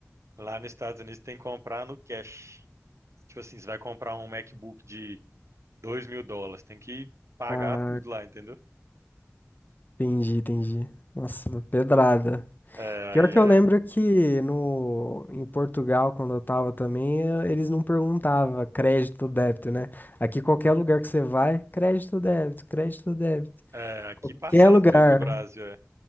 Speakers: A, on the right (about 70°); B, on the left (about 40°).
A: Lá nos Estados Unidos tem que comprar no cash. Tipo assim, você vai comprar um MacBook de dois mil dólares, tem que pagar
B: Caraca,
A: tudo lá, entendeu?
B: entendi, entendi. Nossa, pedrada.
A: É,
B: Pior
A: aí
B: que
A: é,
B: eu lembro que no, em Portugal, quando eu tava também, eu- eles não perguntavam crédito ou débito, né? Aqui qualquer lugar que você vai, crédito ou débito, crédito ou débito.
A: é, Aqui
B: Qualquer
A: parcela
B: lugar.
A: tudo no Brasil. É.